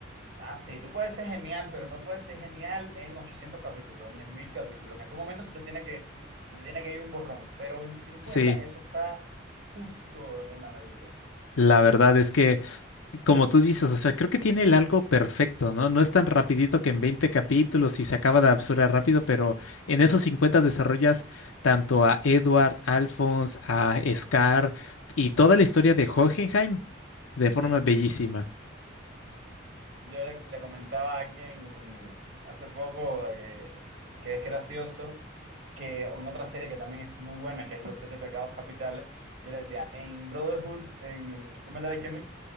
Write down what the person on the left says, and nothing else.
Sí,
la verdad es que, como tú dices, o sea, creo que tiene el algo perfecto, ¿no? No es tan rapidito que en 20 capítulos y se acaba la absurda rápido, pero en esos 50 desarrollas tanto a Edward, Alphonse, a Scar y toda la historia de Hohenheim de
forma bellísima.